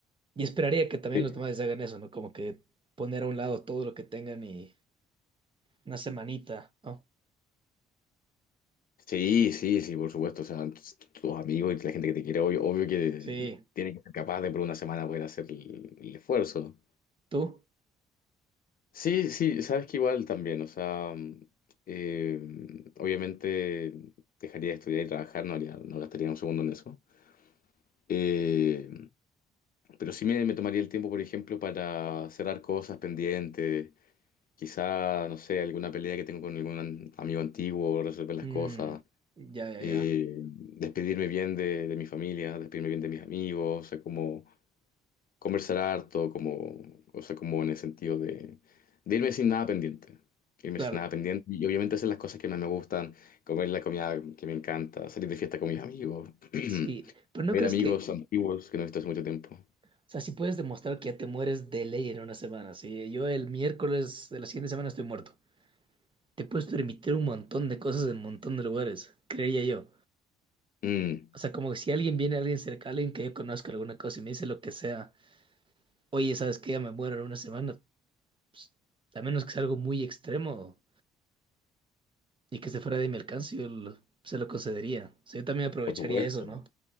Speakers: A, on the right; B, on the left.
A: Y esperaría que también
B: Sí.
A: los demás hagan eso, ¿no? Como que poner a un lado todo lo que tengan y una semanita, ¿no?
B: Sí, sí, sí, por supuesto. O sea, tus tus amigos y la gente que te quiere, obvio, obvio que
A: Sí.
B: tiene que ser capaz de por una semana poder hacer el, el esfuerzo.
A: ¿Tú?
B: Sí, sí, sabes que igual también, o sea, eh, obviamente dejaría de estudiar y trabajar, no haría- no gastaría un segundo en eso. Eh, pero sí me, me tomaría el tiempo, por ejemplo, para cerrar cosas pendientes, quizá, no sé, alguna pelea que tengo con algún an- amigo antiguo, resolver las
A: Mm,
B: cosas.
A: ya, ya,
B: eh,
A: ya.
B: despedirme bien de, de mi familia, despedirme bien de mis amigos, o sea, como conversar harto, como, o sea, como en el sentido de, de irme sin nada pendiente. Irme
A: Claro.
B: sin nada pendiente y obviamente hacer las cosas que más me gustan, comer la comida que me encanta, salir de fiesta con mis amigos, <clears throat>
A: Sí, pero ¿no
B: ver
A: crees
B: amigos
A: que,
B: antiguos que no he visto hace mucho tiempo.
A: o sea, si puedes demostrar que ya te mueres de ley en una semana, sí? Yo el miércoles de la siguiente semana estoy muerto. Te puedes permitir un montón de cosas en un montón de lugares, creería yo.
B: Mm,
A: O sea, como que si alguien viene, alguien cerca, alguien que yo conozco, alguna cosa, y me dice lo que sea, oye, ¿sabes qué? Ya me muero en una semana. Pues, a menos que sea algo muy extremo y que se fuera de mi alcance, yo lo- se lo concedería. O sea, yo también aprovecharía
B: por supuesto.
A: eso, ¿no?